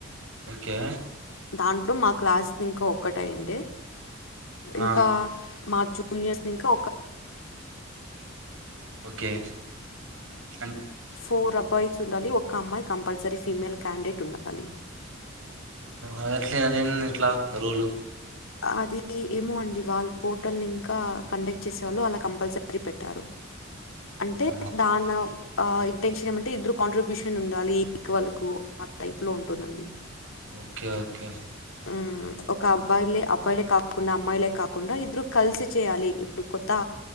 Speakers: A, on the right (about 70°); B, on the left (about 75°).
A: ఓకే
B: దాంట్లో మా క్లాస్ ది ఇంకా ఒకటి అయ్యిండే ఇంకా
A: ఆ
B: మా జు ఉన్యస్నింకో
A: ఓకే అన్
B: ఫోర్ అబ్బాయిచ్ ఉండాలి ఒక అమ్మాయి కంపల్సరీ ఫీమేల్ క్యాండిడేట్ ఉండాలి
A: అది ఏంది ఇట్లా రోలు
B: అది ఏమో అండి వాళ్ళ పోర్టల్ని ఇంకా కండక్ట్ చేసేవాళ్ళు అలా కంపల్సరీ పెట్టారు అంటే
A: ఆ
B: దానవు ఆ ఇంటెన్షన్ ఏమంటే ఇద్దరు కాంట్రిబ్యూషన్ ఉండాలి ఈక్వల్ కు ఆ టైప్ లో ఉంటుందండి
A: ఓకే ఓకే
B: హ్మ్. ఒక అబ్బాయిలే అబ్బాయిలే కాకుండా అమ్మాయిలే కాకుండా ఇద్దరు కలిసి చేయాలి ఇప్పుడు కొత్త